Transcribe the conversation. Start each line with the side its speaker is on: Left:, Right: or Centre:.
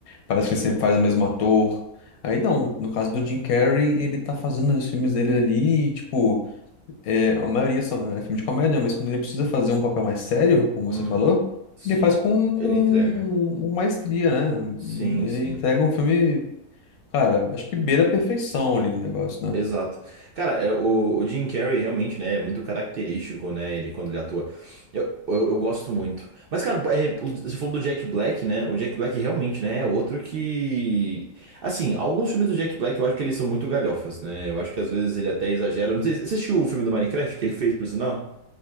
Left: parece que ele sempre faz o mesmo ator. Aí não, no caso do Jim Carrey, ele tá fazendo os filmes dele ali, tipo, é, a maioria são é filme de comédia, mas quando ele precisa fazer um papel mais sério, como
Right: Uhum.
Left: você falou,
Right: Sim.
Left: ele faz com,
Right: Ele
Left: com
Right: entrega.
Left: maestria, né?
Right: Sim,
Left: Ele
Right: sim.
Left: entrega um filme, cara, acho que beira a perfeição ali o negócio, né?
Right: Exato. Cara, é, o, o Jim Carrey realmente, né, é muito característico, né, ele quando ele atua. Eu, eu, eu gosto muito. Mas, cara, é, o- você falou do Jack Black, né? O Jack Black realmente, né, é outro que... Assim, alguns filmes do Jack Black eu acho que eles são muito galhofas, né? Eu acho que às vezes ele até exagera. Não sei, você assistiu o filme do Minecraft que ele fez, por sinal?